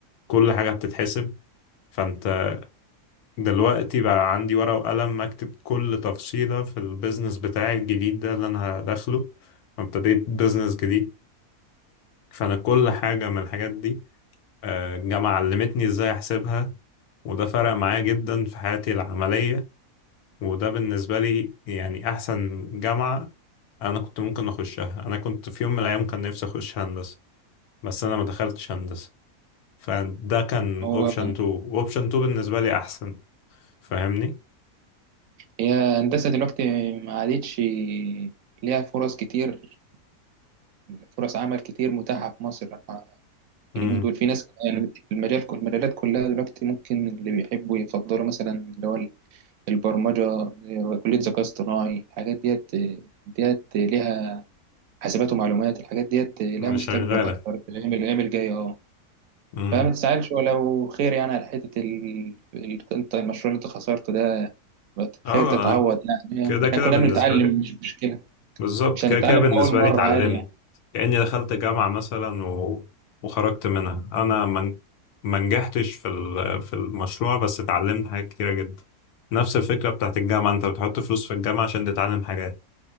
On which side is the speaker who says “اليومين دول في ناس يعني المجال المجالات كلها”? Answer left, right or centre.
Right